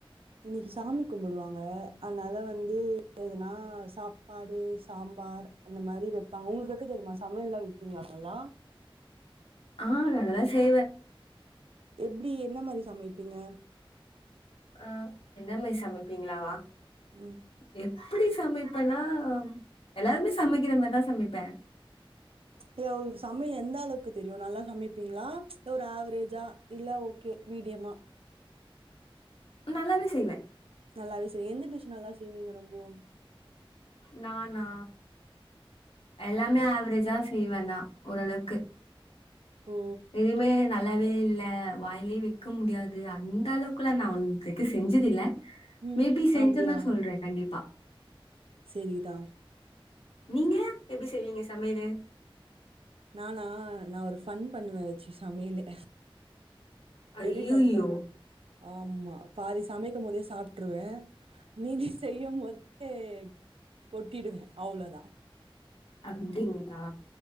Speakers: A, on the right; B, on the left.
A: இன்னைக்கி சாமி கும்டுவாங்க அன்னால வந்து எதுனா சாப்பாடு சாம்பார் அந்த மாரி வெப்பாங்க உங்ளுக் வெக்க தெரிமா சமயல்லா வெப்பீங்ளா நல்லா
B: ஆஹ் நல்லா செய்வே
A: எப்டி என்ன மாரி சமைப்பீங்க
B: அஹ் என்ன மாரி சமப்பீங்களவா
A: ம்
B: இப் எப்டி சமைப்பனா எல்லாருமே சமைக்கிற மாரிதா சமைப்ப
A: இல்ல உங்ளுக்கு சமயலு எந்த அளவுக்கு தெரியு நல்லா சமைப்பீங்ளா ல்ல ஒரு ஆவரேஜ்ஜா இல்ல ஓகே மீடியமா
B: நல்லாவே செய்வே
A: நல்லாவே செய்ய எந்த டிஷ் நல்லா செய்வீங்க ரொம்பவு
B: நானா எல்லாமே ஆவரேஜ்ஜா செய்வந்தா ஒரளவுக்கு
A: ஓ!
B: எதுமே நல்லாவே இல்ல வாயிலே வெக்க முடியாது அந்த அளவுக்குலா நா வந் க்கு செஞ்சது இல்ல
A: ம்.
B: மேபி செஞ்சனா
A: அப்படியா?
B: சொல்ற கண்டிப்பா
A: செரிதா
B: நீங்க எப்டி செய்வீங்க சமையலு
A: நானா நா ஒரு ஃபன் பண்ணுவே வெச்சு சமையலு
B: ஐய்யய்யோ
A: எப்டி ஃபன் பண்வ ஆமா பாதி சமைக்கும் போதே சாப்ட்ருவே மீதி செய்யும்போதே கொட்டிடுவே அவ்ளொதா
B: அப்டிங்ளா